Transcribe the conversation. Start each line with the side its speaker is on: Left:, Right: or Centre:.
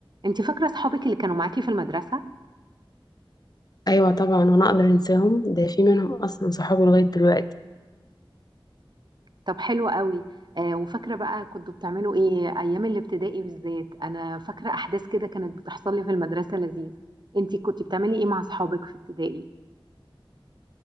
Right: انت فاكره اصحابك اللي كانوا معاكي في المدرسه
Left: ايوه طبعا وانا اقدر انساهم ده في منهم اصلا صحابي لغايه دلوقتي
Right: طب حلو قوي آه وفاكره بقى كنتوا بتعملوا ايه ايام الابتدائي بالذات انا فاكره احداث كده كانت بتحصل لي في المدرسه لذيذه انت كنت بتعملي ايه مع اصحابك في ابتدائي